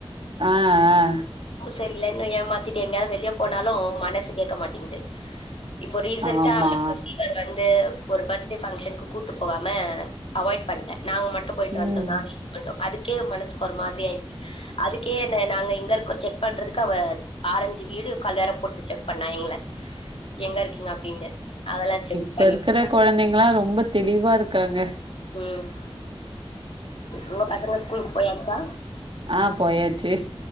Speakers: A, on the right; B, on the left.
A: ஆஹ் ஆஹ்
B: சரியலன் ஏமாத்திட்டு எங்கயாது வெளிய போனாலு மனசு கேட்க மாட்டிங்குது இப்போ ரீசண்டா
A: ஆமா
B: அவளுக்கு ஃபீவர் வந் து ஒரு பர்த்டே பங்க்ஷனுக்கு கூட்டு போகாம அவாய்ட் பண்டே நாங்க மட்டு போயிட்டு
A: ம்
B: வந்டோ நானு எ ஹஸ்பன்டு அதுக்கே மனசுக்கு ஒரு மாதிரி ஆயிடுச்சு அதுக்கே என்ன நாங்க எங்க இருக்கோ செக் பண்றதுக்கு அவ ஆரஞ்சு வீடியோ கால் வேற போட்டு செக் பண்ணா எங்கள எங்க இருக்கீங்க அப்டின்னு அதெல்லா செக்
A: இப்ப
B: பண்ணிட்டு
A: இருக்குற
B: இருந்தா
A: கொழந்தைங்க ளா ரொம்ப தெளிவா இருக்காங்க
B: ம் ஒங்க பசங்க ஸ்கூலுக்கு போயாச்சா
A: ஆஹ் போயாச்சு